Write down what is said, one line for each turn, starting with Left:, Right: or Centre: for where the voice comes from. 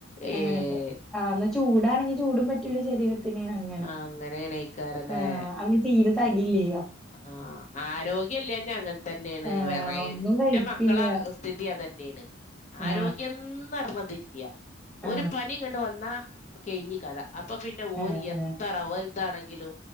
Left: ഏഹ്
Centre: അങ്ങനെക്കെ. ആഹ് ന്നാ ചൂടാണെങ്കി ചൂടും പറ്റില്ല ശരീരത്തിന് അങ്ങനെ
Left: അങ്ങനെയാണേക്കാരല്ലേ
Centre: ആഹ് അവന് തീര തടില്യേ
Left: ആ.. ആരോഗ്യല്ല ഞഅങ്ങനെ തന്നെയാണ്
Centre: ആ
Left: വേറെ-
Centre: ഒന്നും
Left: എന്റെ
Centre: കഴിക്കില്ല
Left: മക്കള സ്ഥിതി അതന്നേണ് ആരോഗ്യം
Centre: ആ
Left: റിഞ്ഞതില്ല
Centre: ആ
Left: ഒരു പനിങ്ങണ്ട് വന്ന കയ്ഞ് കഥ. അപ്പൊ പിന്നെ
Centre: ആ
Left: ഓര്
Centre: ആ
Left: എത്ര വൽതാണെങ്കിലു